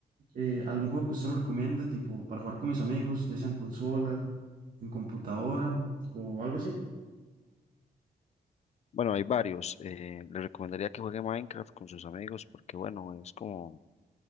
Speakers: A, on the right; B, on the left.
A: eh, algún juego que usted me recomiende, tipo para jugar con mis amigos, ya sea en consola, en computadora o algo así.
B: Bueno, hay varios. eh, le recomendaría que juegue Minecraft con sus amigos porque, bueno, es como,